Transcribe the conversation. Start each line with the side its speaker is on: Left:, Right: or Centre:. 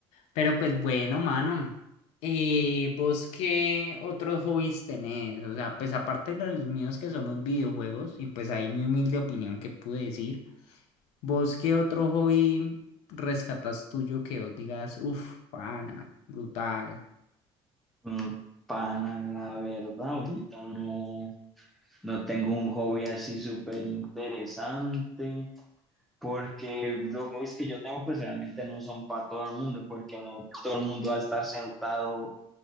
Left: Pero pues bueno, mano. Eh, ¿vos qué otros hobbies tenés? O sea, pues aparte de los míos que son los videojuegos, y pues ahí mi humilde opinión que pude decir, ¿vos qué otro hobby rescatas tuyo que vos digas, uff, pana, brutal?
Centre: Mm, Pana, la verdad, ahorita no, no tengo un hobby así súper interesante, porque los hobbies que yo tengo pues realmente no son para todo el mundo, porque no todo el mundo va a estar sentado